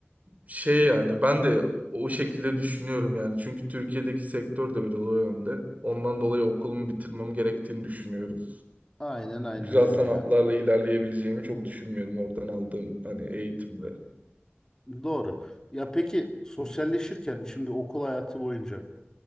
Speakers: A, on the right; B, on the left.
A: şey yani ben de o şekilde düşünüyorum yani. Çünkü Türkiye'deki sektör de biraz o yönde. Ondan dolayı okulumu bitirmem gerektiğini düşünüyorum.
B: Aynen aynen
A: Güzel
B: öyle
A: sanatlarla
B: ya.
A: ilerleyebileceğimi çok düşünmüyorum oradan aldığım hani eğitimde.
B: Doğru. Ya peki sosyalleşirken
A: Hı
B: şimdi okul hayatı boyunca